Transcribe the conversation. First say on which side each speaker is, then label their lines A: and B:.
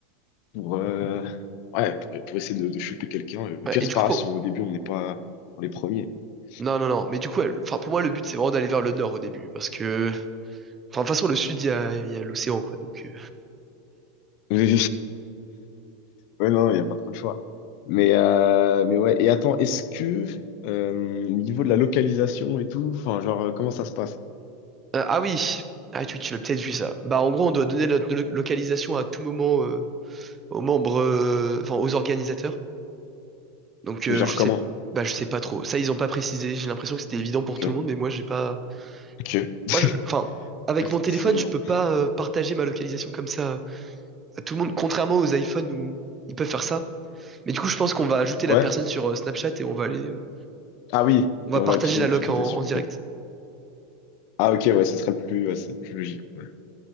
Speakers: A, on the left; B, on the right.
A: pour, euh, ouais, pour, pour essayer de, de choper quelqu'un. Le pire,
B: Ouais, Et
A: c'est
B: du
A: pas
B: coup,
A: grave
B: pour...
A: si au début on n'est pas dans les premiers. <laughs>
B: Non, non, non. Mais du coup, elle- enfin, pour moi, le but, c'est vraiment d'aller vers le nord au début. Parce que, enfin, de toute façon, le sud, il y a, il y a l'océan, quoi. Donc, euh,
A: Oui, Ouais, non, il n'y a pas trop de choix. Mais, euh, mais ouais, et attends, est-ce que euh, au niveau de la localisation et tout, enfin, genre, euh, comment ça se passe?
B: Euh, ah oui, ah, tu, tu l'as peut-être vu ça. Bah, en gros, on doit donner notre lo- localisation à tout moment euh, aux membres, euh, enfin aux organisateurs. Donc
A: Mais
B: euh,
A: genre,
B: je
A: comment?
B: sais, bah je sais pas trop. Ça, ils ont pas précisé. J'ai l'impression que c'était évident pour
A: Ok,
B: tout le monde, mais moi j'ai pas.
A: ok, ouais,
B: Moi je, enfin, avec
A: c'est pas
B: mon téléphone,
A: si évident.
B: je peux pas euh, partager ma localisation comme ça à tout le monde, contrairement aux iPhones où ils peuvent faire ça. Mais du coup, je pense qu'on va ajouter
A: Ouais,
B: la personne sur euh, Snapchat et on va aller, euh,
A: ah oui,
B: on
A: et
B: va
A: on
B: partager
A: va activer
B: la
A: notre
B: loc
A: localisation,
B: en, en direct.
A: ok. Ah ok, ouais, ce serait le plus, ouais, ce serait le plus logique. Ouais,